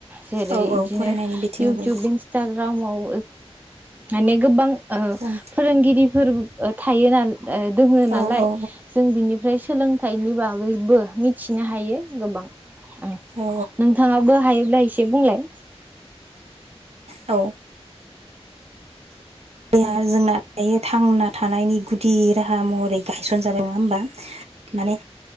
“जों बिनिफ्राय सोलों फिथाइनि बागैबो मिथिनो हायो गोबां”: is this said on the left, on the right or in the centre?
Right